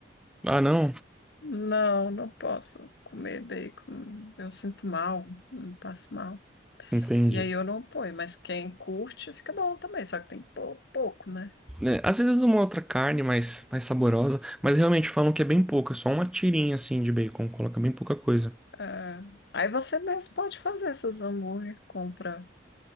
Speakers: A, in the centre; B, on the left.
A: Ah, não?
B: Não, não posso comer bacon. Eu sinto mal, eu passo mal.
A: Entendi.
B: E aí eu não ponho, mas quem curte fica bom também, só que tem que pôr pouco, né?
A: né, às vezes uma outra carne mais, mais saborosa, mas realmente falam que é bem pouca, só uma tirinha assim de bacon, coloca bem pouca coisa.
B: É. Aí você mesmo pode fazer seus hambúrguer, compra.